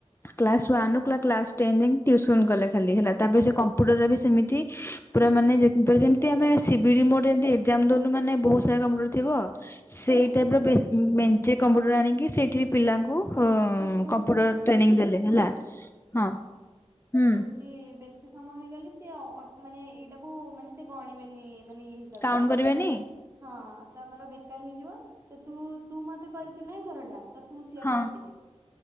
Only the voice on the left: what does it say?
କ୍ଲାସ ୱାନ ରୁ କ୍ଲାସ ଟେନ୍ ଯାକେ ଟିୟୁସନ୍ କଲେ ଖାଲି ହେଲା। ତାପରେ ସେ କମ୍ପ୍ୟୁଟର ରେ ବି ସେମିତି ପୁରା ମାନେ ଯେମିତି ଆମେ ଶିବିଟି ମୁଡ୍ ପୁରା ଏଜ୍ଜାମ୍ ଦଉନୁ ମାନେ ବହୁତ୍ ସାରା କମ୍ପୁଟର ଥିବ ସେଇ
ଟାଇପର
ମେଞ୍ଚେ କମ୍ପ୍ୟୁଟର ଆଣିକି ସେଇଠି ପିଲାଙ୍କୁ ଙ୍କୁ
କମ୍ପ୍ୟୁଟର
ଟ୍ରେନିଙ୍ଗ ଦେଲେ
ହେଲା। ହଁ ହୁଁ।
କାଉଣ୍ଟ କରିବେନି
ହଁ